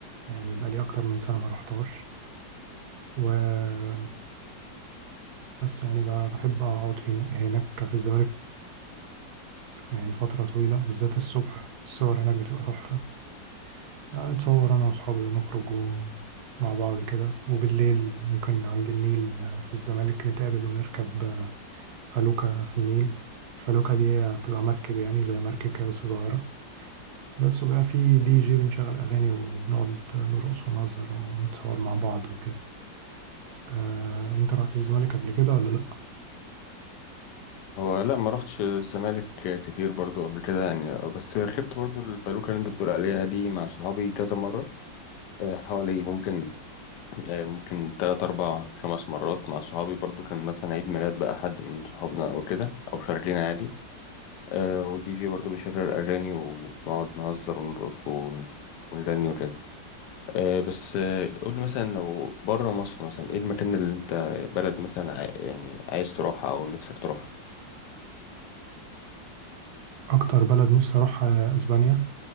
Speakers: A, on the right (about 70°); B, on the left (about 70°).
A: يعني بقالي أكتر من سنة ما رحتهاش وبس يعني ب- بحب أقعد في هناك في الزمالك يعني فترة طويلة بالذات الصبح الصور هناك بتبقى تحفة يعني نتصور أنا وأصحابي ونخرج و- مع بعض كده وبالليل ممكن عند النيل في الزمالك نتقابل ونركب فلوكة في النيل الفلوكة دي هي بتبقى مركب يعني زي مركب كده بس صغيرة بس وبقى في دي جي بنشغل أغاني وبنقعد نرقص ونهزر ونتصور مع بعض وكده آه، أنت رحت الزمالك قبل كده ولا لأ؟
B: هو لا ما رحتش الزمالك كتير برضو قبل كده يعني آه، بس ركبت برضو الفلوكة اللي انت بتقول عليها دي مع صحابي كذا مرة آه، حوالي ممكن آه، ممكن تلات أربع خمس مرات مع صحابي برضو كان مثلا عيد ميلاد بقى حد من صحابنا أو كده أو خارجين عادي آه، والدي جي برضو بيشغل أغاني ونقعد نهزر ونرقص ون- ونغني آه، بس آه، قول لي مثلا لو بره مصر مثلا ايه المكان اللي انت بلد مثلا عاي- يعني عايز تروحها او نفسك تروحها
A: أكتر بلد نفسي أروحها هي أسبانيا